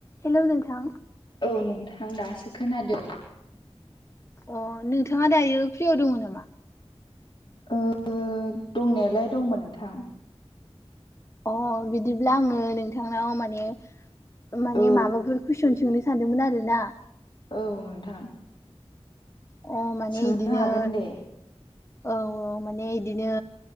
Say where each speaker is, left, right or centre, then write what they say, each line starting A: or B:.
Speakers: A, on the left; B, on the left.
A: हेलौ नोंथां
B: औ नोंथां दासो खोनादों
A: अ नोंथाङा दायो फ्रियाव दङ नामा
B: ओ दंनायालाय दंमोन नोंथां
A: अ बिदिब्ला आङो नोंथांनाव माने माने
B: औ
A: माबाफोर कुइसन सोंनो सानदोंमोन आरो ना
B: औ नोंथां
A: अ माने
B: सोंनो
A: इदिनो
B: हागोन दे
A: औ औ माने इदिनो